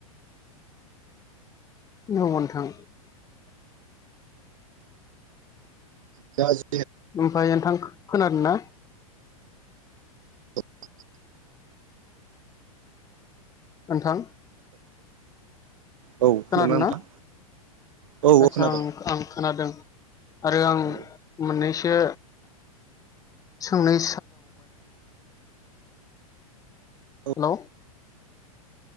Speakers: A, on the left; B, on the right.
A: औ ओ नोंथां
B: <inaudible> दा <inaudible>
A: ओमफ्राय नोंथां खोनादों ना
B: <inaudible>
A: नोंथां
B: औ
A: खोनादोंना
B: नोंथां औ
A: आतसा
B: औ खोनादों
A: आ आं खोनादों आरो
B: औ
A: आं मोननै सो सोंनाय
B: औ
A: <inaudible>